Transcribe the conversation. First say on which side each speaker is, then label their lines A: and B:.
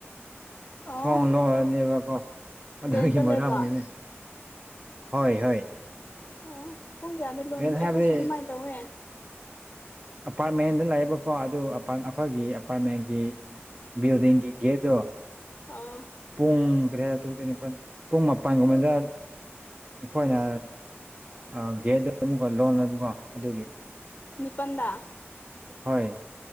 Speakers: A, on the left; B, on the right.
A: ꯑꯣ
B: ꯊꯣꯡ ꯂꯣꯟꯂꯅꯦꯕꯀꯣ ꯑꯗꯨꯒꯤ
A: ꯔꯦꯟꯇ
B: ꯃꯔꯝꯒꯤꯅꯤ
A: ꯂꯩꯕ
B: ꯍꯣꯏ ꯍꯣꯏ
A: ꯑꯣ ꯑꯣ ꯄꯨꯡ ꯀꯌꯥꯗ ꯂꯣꯟꯕ
B: ꯔꯦꯟ
A: ꯑꯩꯈꯣꯏꯁꯨ
B: ꯍꯥꯏꯕꯗꯤ
A: ꯑꯗꯨꯃꯥꯏ ꯇꯧꯋꯦ
B: ꯑꯄꯥꯔꯠꯃꯦꯟꯗ ꯂꯩꯌꯦꯕꯀꯣ ꯑꯗꯨ ꯑꯄꯥꯝ ꯑꯈꯣꯏꯒꯤ ꯑꯄꯥꯔꯠꯃꯦꯟꯒꯤ <unintelligible> ꯕꯤꯜꯗꯤꯡꯒꯤ ꯒꯦꯠꯇꯨ
A: ꯑꯧ
B: ꯄꯨꯡ <unintelligible> ꯄꯨꯡ ꯃꯄꯥꯟꯒꯨꯝꯕꯗ ꯑꯈꯣꯏꯅ ꯑꯥ ꯒꯦꯠꯗꯣ ꯑꯃꯛꯀꯥ ꯂꯣꯟꯂꯦꯕꯀꯣ ꯑꯗꯨꯒꯤ
A: ꯅꯤꯄꯟꯗꯥ
B: ꯍꯣꯏ